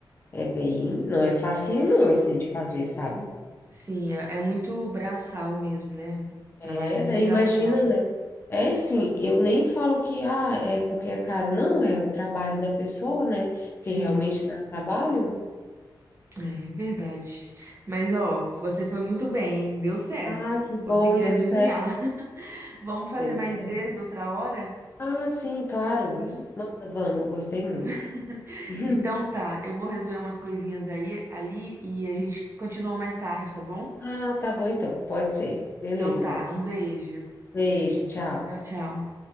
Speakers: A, on the left; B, on the right.
A: é bem, não é facinho não, assim, de fazer, sabe?
B: Sim, é, é muito braçal mesmo, né? Trabalho
A: É,
B: muito
A: daí
B: braçal.
A: imagina, né? É sim, eu nem falo que ah, é porque é caro, não, é o trabalho da pessoa, né?
B: Sim.
A: Que realmente dá trabalho.
B: É verdade. Mas ó, você foi muito bem, hein? Deu certo.
A: Ah, que bom,
B: Conseguiu
A: deu
B: adivinhar.
A: certo,
B: <laughs> Vamos fazer
A: deu
B: mais
A: certo.
B: vezes outra hora?
A: Ah, sim, claro.
B: Sim.
A: Nossa, vamos, eu gostei muito.
B: <laughs>
A: <laughs>
B: Então tá, eu vou resolver umas coisinhas aí ali e a gente continua mais tarde, tá bom?
A: Ah, tá bom então, pode ser. Beleza.
B: Então tá, um beijo.
A: Beijo, tchau.
B: Tchau, tchau.